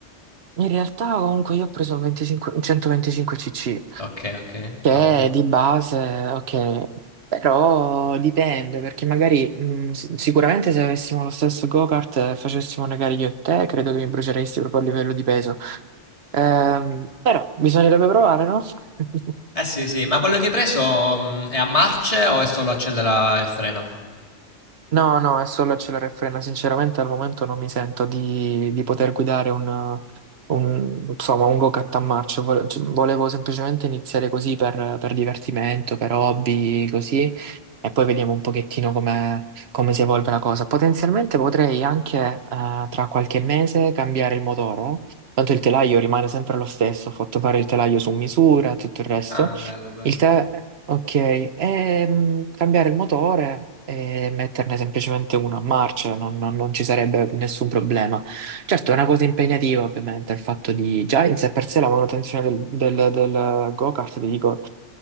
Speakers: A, on the right; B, on the left.
A: In realtà comunque io ho preso il 25 il 125cc,
B: Ok, ok,
A: che
B: non male.
A: è di base, ok, però dipende, perché magari mh, si- sicuramente se avessimo lo stesso go-kart e facessimo una gara io e te, credo che mi bruceresti proprio a livello di peso. Ehm, però bisognerebbe provare, no? <laughs>
B: Eh sì, sì, ma quello che hai preso mh, è a marce o è solo accelera e frena?
A: No, no, è solo accelera e frena. Sinceramente al momento non mi sento di, di poter guidare un, un, insomma, un go-kart a marcia. Vole- cioè, Volevo semplicemente iniziare così per, per divertimento, per hobby, così, e poi vediamo un pochettino come, come si evolve la cosa. Potenzialmente potrei anche eh, tra qualche mese cambiare il motore, tanto il telaio rimane sempre lo stesso, ho fatto fare il telaio su misura, tutto il resto.
B: Ah, bello, bello.
A: Il 3, ok, ehm, cambiare il motore e metterne semplicemente uno a marcia, non, non- non ci sarebbe nessun problema. Certo, è una cosa impegnativa, ovviamente, il fatto di già in sé per sé la manutenzione del, del- del go-kart, ti dico,